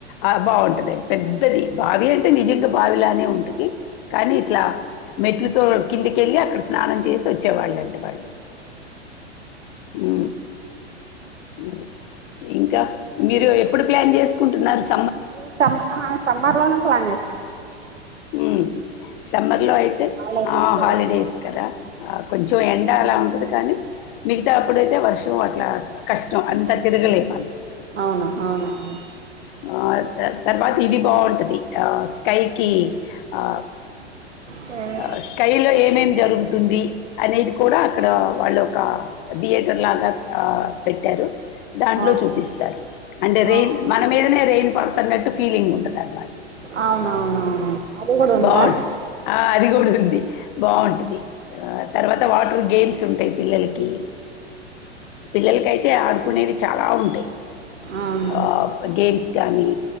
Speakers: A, on the left (about 50°); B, on the right (about 80°).
A: ఆ బాగుంటది పెద్ద్ పెద్ బావి అంటే నిజంగ బావిలానే ఉంటది కానీ ఇట్లా మెట్లు తొ కిందికెళ్ళి అక్కడ స్నానం చేసి ఒచ్చేవాళ్ళంట మళ్ళీ ఊ ఉ ఇంకా మీరు ఎప్పుడు ప్లాన్ చేస్కుంటున్నరు స్
B: ఈ సమ్మ ఆహ సమ్మర్లోనే ప్లాన్ చేస్కు
A: ఊ సమ్మర్లో అయితే
B: హాలిడేస్
A: ఆ
B: వస్తాయి
A: హాలిడేస్
B: కదా
A: కదా ఆ కొంచెం ఎండ అలా ఉంటది. కాని మిగితా అప్పుడైతే వర్షం అట్లా కష్టం అంత తిరగలేం అనమాట
B: అవును అవునవును
A: ఊ ఆ దాన్ తర్వాత ఇది బాగుంటది ఆ స్కైకిి ఆ
B: సరే
A: ఆ స్కైలో ఏమేం జరుగుతుంది అనేది కుడా అక్కడ వాళ్ళు క థియేటర్ లాగ ఆ పెట్టారు దాంట్లో
B: ఓకే
A: చూపిస్తరు అంటే రెయిన్
B: అవును
A: మన మీదనే రెయిన్ పడ్తన్నట్టు ఫీలింగ్ ఉంటది అన్
B: ఔనౌనౌను అది కూడ ఉందా
A: బావుంటది. ఆ అది గుడ ఉంది బాగుంటది ఆ తర్వాత వాటర్ గేమ్స్ ఉంటయ్ పిల్లలకి పిల్లల్కయితే ఆడుకునేవి చాలా ఉంటయ్
B: అవును
A: ఆ ప్ గేమ్స్ కాని